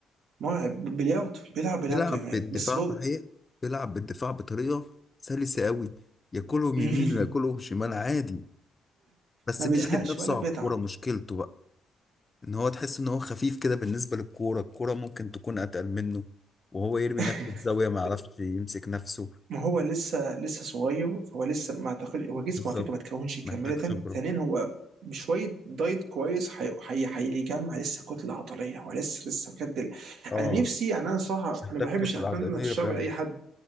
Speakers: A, on the right; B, on the left.
A: مرعب بلياردو بيلعب بلياردو
B: بيلعب
A: يا مان
B: بالدفاع
A: بس بو...
B: صحيح بيلعب بالدفاع بطريقه سلسه قوي ياكلهم
A: <laughs>
B: يمين وياكلهم شمال عادي بس
A: ما بيزهقش
B: بيحدف نفسه
A: ولا بيتعب
B: على الكوره مشكلته بقى ان هو تحس ان هو خفيف كده بالنسبه للكوره الكوره ممكن تكون اتقل منه وهو يرمي
A: <laughs>
B: نفسه في زاويه ما يعرفش يمسك نفسه
A: ما هو لسه لسه صغير فهو لسه ما اعتقد هو جسمه
B: بالظبط
A: على فكره ما تكونش كامله
B: محتاج خبره
A: ثانيا هو بشويه دايت كويس هي- هي- هيجمع لسه كتله عضليه هو لسه لسه بجد ال-
B: اه
A: انا نفسي يعني انا صراحه
B: محتاج
A: انا ما بحبش
B: كتله
A: اتمنى
B: عضليه
A: الشر
B: فعلا
A: لاي حد